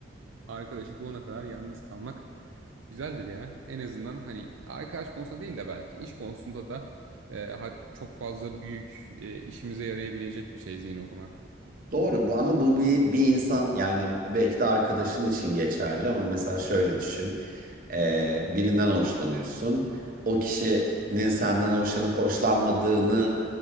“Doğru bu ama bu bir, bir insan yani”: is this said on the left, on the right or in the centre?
Right